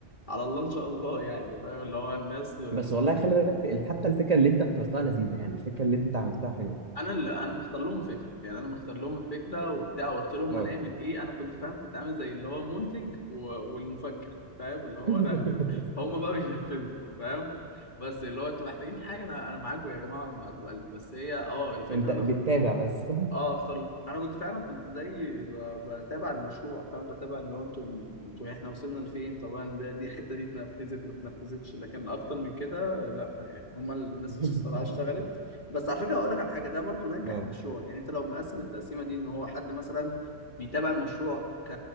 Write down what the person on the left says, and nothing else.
على الله ان شاء الله يعني فاهم اللي هو الناس
انا اللي انا مختار لهم الفكره يعني انا مختار لهم الفكره وبتاع وقلت لهم
هنعمل ايه انا كنت فاهم كنت عامل زي اللي هو المنتج و... والمفكر فاهم اللي هو
انا <laughs> هم بقى بينفذوا فاهم بس اللي هو انتوا محتاجين حاجه انا انا معاكم يا جماعه معاكم بقلب بس هي اه الفكره
انا
اه اختار انا كنت فعلا كنت زي ب- بتابع المشروع فاهم بتابع اللي هو انتوا انتوا احنا وصلنا لفين طبعا ده دي الحته دي اتنفذت ما اتنفذتش لكن اكتر من كده لا يعني هما الناس
الصراحه اشتغلت بس على فكره هقول لك على حاجه ده برضو نجح
المشروع يعني انت لو مقسم التقسيمه دي ان هو حد مثلا بيتابع المشروع ك...